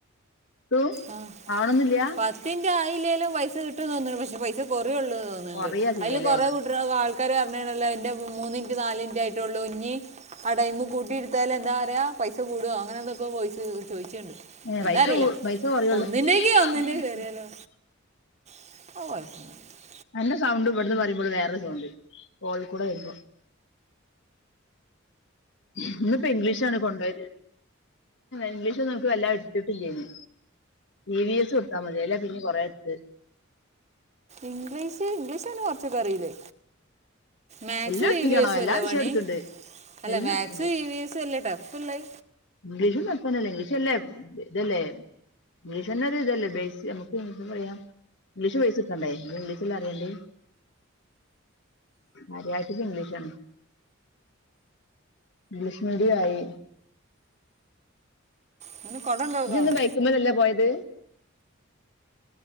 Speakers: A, on the left; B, on the right.
A: ട്ടു
B: ആ
A: ആവണൊന്നില്ല
B: പത്തിന്റെ ആയില്ലേലും പൈസ കിട് <unintelligible> പക്ഷ പൈസ കൊറേ ഉള്ളത് തോന്നിണ്ട്
A: കൊറയാ ചെയ്യല്ലേ
B: അതില് കുറെ കൂട്ടിക ആൾക്കാര് പറഞെണല്ലോ എന്റെ മൂന്നിന്റെ നാലി ട്ടായിട്ടുള്ളൂ ഇഞ്ഞി ആ ടൈമു കൂട്ടിയിടുത്താല എന്താ പറയ
A: ആ
B: പൈസ കൂട അങ്ങനെ എന്തൊക്കെ വോയിസ്‌ ചോയചെണ്ട്
A: ഏ പൈസ
B: എന്താ അറിയില്ല
A: <unintelligible>
B: ഒന്നിൻ്റെക്ക് ഒന്നിൻ്റെ കയറിയാലോ <unintelligible>
A: അന്റെ സൗണ്ട് ഇവിടുന്ന് പറയുമ്പോൾ വേറെ സൗണ്ട് കോൾ കൂടെ വരുമ്പോ ഇന്ന് ഇപ്പോ ഇംഗ്ലീഷാണ് കൊണ്ടോയത് ഇംഗ്ലീഷ് ഒക്കെ വല്ലാതെ എടുത്തിട്ടില്ലെനു ഇവിസ് കൊടുത്താ മതിയ അല്ല പിന്നെ കൊറ എടുത്ത്
B: ഇംഗ്ലീഷ് ഇംഗ്ലീഷ്ന്ന കൊറച്ചൊക്കെ അറിയില്ലേ മാക്സും
A: എല്ലാം എടുപ്പിക്കണോ
B: ഇവി എസ് സും
A: എല്ലാ
B: അല്ലെ
A: വിഷയം
B: പണി
A: എടുക്കുന്നുണ്ട്
B: അല്ല
A: എല്ലാം
B: മാക്സും
A: എടുക്കുന്നുണ്ട്
B: ഇവി എസും അല്ലെ ഠഫ് <unintelligible>
A: ഇംഗ്ലീഷും തന്നല്ലേ ഇംഗ്ലീഷല്ലേ ഇതല്ലേ ഇംഗ്ലീഷ് തന്നെ ഒരു ഇതല്ലേ ബേസ് നമുക്ക് എന്ത് പറയാ ഇംഗ്ലീഷ് ബേസിട്ടണ്ടേ ഇംഗ്ളീഷ് അറിയണ്ടേ <unintelligible> ഇംഗ്ലീഷാണ് ഇംഗ്ലീഷ് മീഡിയം ആയി
B: അവന് കൊടം കൊടുക്കണം
A: ഇജിന്ന് മയക്കമാലല്ലെ പോയത്